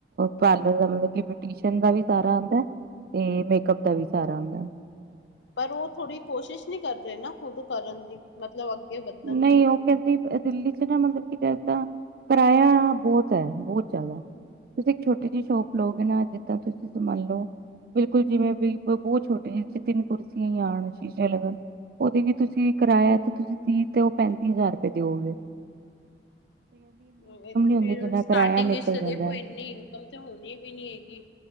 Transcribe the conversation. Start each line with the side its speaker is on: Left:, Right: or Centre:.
Right: ਪਾਰਲਰ ਦਾ ਬੂਟੀਸ਼ਨ ਦਾ ਵੀ ਸਾਰਾ ਆਉਂਦਾ। ਤੇ ਮੇਕਅਪ ਦਾ ਵੀ ਸਾਰਾ ਆਦਾ ਐਂ।
Left: ਪਰ ਉਹ ਥੋੜ੍ਹੀ ਕੋਸ਼ਿਸ਼ ਨਹੀਂ ਕਰ ਰਹੇ ਨਾ। ਖੁਦ ਕਰਨ ਦੀ, ਮਤਲਬ ਅੱਗੇ ਵੱਧਣ
Right: ਨਹੀਂ
Left: ਲਈ।
Right: ਉਹ ਕਹਿੰਦੀ ਦਿੱਲੀ ਚ ਨਾ, ਮਤਲਬ ਕੀ ਏਦਾ ਕਿਰਾਇਆ ਬਹੁਤ ਹੈ, ਬਹੁਤ ਜ਼ਿਆਦਾ। ਤੁਸੀਂ ਇੱਕ ਛੋਟੀ ਜਿਹੀ ਸ਼ੋਪ ਲਓਗੇ ਨਾ। ਜਿੱਦਾਂ ਤੁਸੀਂ ਮਨ ਲੋ। ਬਿਲਕੁਲ, ਜਿਵੇਂ ਵੀ ਬਹੁਤ ਛੋਟੇ ਸਿਰਫ ਤਿੰਨ ਕੁਰਸੀਆਂ ਹੀ ਆਉਣ ਕਹਿਲੋ। ਉਹਦੇ ਵੀ ਤੁਸੀਂ ਕਿਰਇਆ। ਤੇ ਤੁਸੀਂ ਤੀਹ ਤੇ ਉਹ ਪੈਂਤੀ ਹਜ਼ਾਰ ਰੁਪਏ ਦਿਓਗੇ਼।
Left: <inaudible> ਇਹ ਤੇ
Right: ਹੁੰਦੀ
Left: ਫੇਰ
Right: ਜਿੰਨਾ
Left: ਸਟਾਰਟਿੰਗ
Right: ਕਿਰਾਇਆ
Left: ਵਿਚ,
Right: ਨਿਕਲ
Left: ਇਸ
Right: ਜਾਂਦਾ।
Left: ਦੇਖੋ ਇੰਨੀ ਇਨਕਮ ਤੇ ਹੋਣੀ ਵੀ ਨੀ ਹੈਗੀ